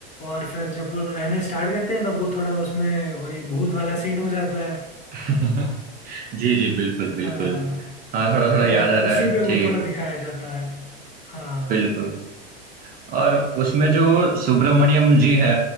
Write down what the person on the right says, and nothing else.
<laughs> जी जी बिल्कुल
बिल्कुल हाँ थोड़ा थोड़ा
याद आ
रहा है
जी
बिल्कुल और उसमें जो सुब्रमण्यम जी है